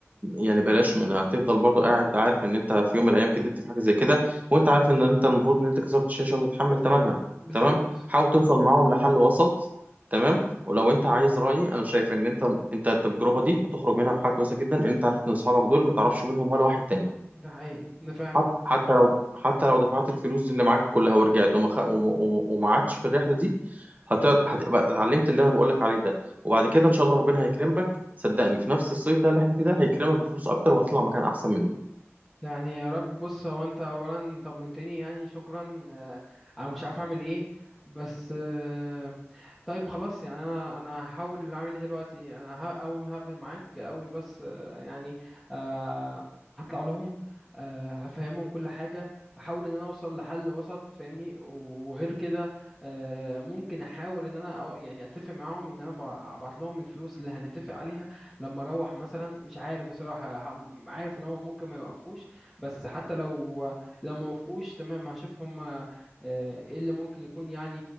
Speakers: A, on the right; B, in the centre.
A: يعني بلاش منها هتفضل برضو قاعد عارف ان انت في يوم من الايام كدبت في حاجه زي كده وانت عارف ان انت المفروض ان انت كسرت الشاشه وتتحمل ثمنها
B: بالظبط
A: تمام حاول توصل معاهم لحل وسط تمام ولو انت عايز رايي انا شايف ان انت انت التجربه دي هتخرج منها بحاجه كويسه جدا ان انت عرفت ان اصحابك دول ما تعرفش منهم ولا واحد تاني
B: ده حقيقي ده فعلا
A: حت- حتى لو حتى لو دفعت الفلوس اللي معاك كلها ورجعت وما خ... وما وما- وما عادش في الرحله دي هت... هتبقى اتعلمت اللي انا بقول لك عليه ده وبعد كده ان شاء الله ربنا هيكرمك صدقني في نفس الصيف ده اللي احنا فيه ده هيكرمك بفلوس اكتر وهتطلع مكان احسن منه
B: يعني يا رب بص هو انت اولا طمنتني يعني شكرا آه، انا مش عارف اعمل ايه بس آه، طيب خلاص يعني انا انا هحاول اعمل ايه دلوقتي انا ه- اول ما هقفل معاك الاول بس آه، يعني آه، هطلع لهم آه، هفهمهم كل حاجة احاول ان انا اوصل لحل وسط فاهمني وغير كده آه، ممكن احاول ان انا أو- يعني اتفق معاهم ان انا بع- ابعت لهم الفلوس اللي هنتفق عليها لما اروح مثلا مش عارف بصراحة ه- عارف ان هم ممكن ما يوقفوش بس حتى لو لو ما وافقوش تمام هشوف هم آه، ايه اللي ممكن يكون يعني